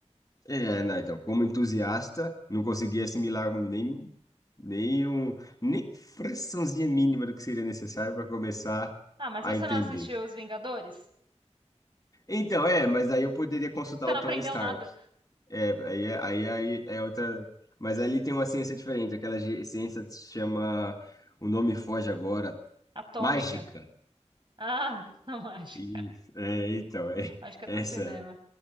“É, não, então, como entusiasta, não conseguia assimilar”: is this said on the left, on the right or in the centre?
Left